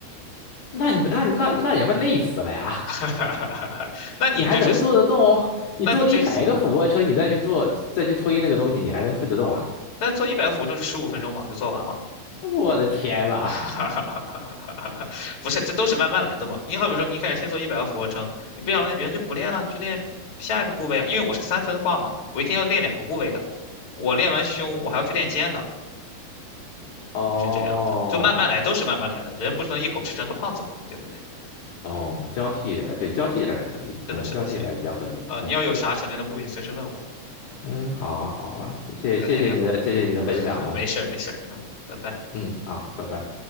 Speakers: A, on the left; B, on the left.
A: 那你们那那那也不累死了呀？
B: <laughs>
A: <laughs>
B: 那你就是，
A: 你还能做得动哦？你做了一百个俯卧撑，
B: 那你这
A: 你再去做再去推那个东西，你还能推得动啊？
B: 那做一百个俯卧撑就十五分钟嘛，就做完了。
A: 我的天呐！
B: <laughs> 不是，这都是慢慢来的嘛。你好比说，你一开始先做一百个俯卧撑，你不想练别人就不练了，你去练下一个部位啊。因为我是三分化嘛，我一天要练两个部位的，我练完胸，我还要去练肩的，
A: 哦
B: 就是这样的，就慢慢来，都是慢慢来的。人不是能一口吃成个胖子嘛，对不对？
A: 哦，交替着来，对，交替着来可以，
B: 是的，
A: 嗯，
B: 是的，
A: 交替着来比较合理，
B: 行，啊、
A: 嗯。
B: 你要有啥想练的部位，你随时问我。
A: 嗯，好啊，好啊，
B: 嗯，
A: 谢谢谢你的，
B: 那改天聊。
A: 谢谢你的分享了。
B: 嗯。没事儿没事儿嗯，拜拜。
A: 嗯，好，拜拜。